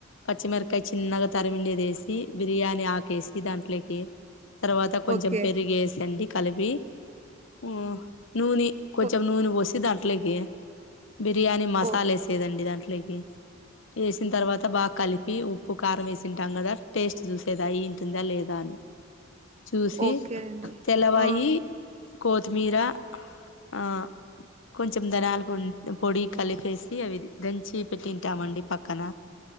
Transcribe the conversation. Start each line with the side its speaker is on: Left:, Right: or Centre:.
Left: పచ్చిమిరకాయ చిన్నగా తరిమిండేది వేసి బిర్యానీ ఆకేసి దాంట్లేకి తర్వాత కొంచెం
Right: ఓకే
Left: పెరిగేసండి కలిపి ఉ నూనె కొంచెం
Right: ఓ
Left: నూనె పోసి దాంట్లోకి బిర్యానీ మసాలా
Right: ఓ
Left: వేసి లేదండి దాంట్లేకి ఏసిన్ తర్వాత బాగ కలిపి ఉప్పు కారం వేసింటాం గదా టేస్ట్ చూసేది అయ్యింటుందా లేదా అని చూసి
Right: ఓకే అండి
Left: తెల్లవాయి
Right: ఆ
Left: కోతీమీర ఆ కొంచెం ధనాల పొ పొడి కలిపేసి అవి దంచి పెట్టింటామండి పక్కన